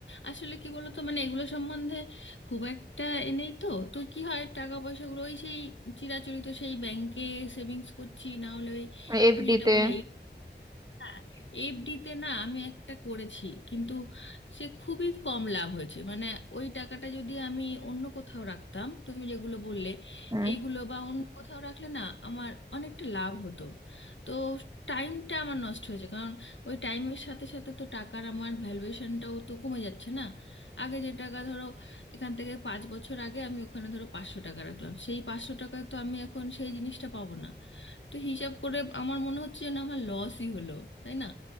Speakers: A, on the left; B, on the right.
A: আসলে কি বলতো মানে এগুলো সম্বন্ধে খুব একটা এ নেই তো তো কি হয় টাকা পয়সাগুলো ওই সেই চিরাচরিত সেই ব্যাংকে সেভিংস করছি না হলে ওই
B: এফডি
A: তুমি যেটা
B: তে
A: বললে হ্যাঁ, এফডিতে না আমি একটা করেছি কিন্তু সে খুবই কম লাভ হয়েছে মানে ওই টাকাটা যদি আমি অন্য কোথাও রাখতাম তুমি যেগুলো বললে
B: হুম,
A: এইগুলো বা অন্য কোথাও রাখলে না আমার অনেকটা লাভ হতো তো টাইমটা আমার নষ্ট হয়েছে কারণ ওই টাইমের সাথে সাথে তো টাকার আমার ভ্যালুয়েশনটাও তো কমে যাচ্ছে না আগে যে টাকা ধরো এখান থেকে পাঁচ বছর আগে আমি ওখানে ধরো পাঁচশো টাকা রাখলাম সেই পাঁচশো টাকায় তো আমি এখন সেই জিনিসটা পাবো না তো হিসাব করে আমার মনে হচ্ছে যেন আমার লসই হলো তাই না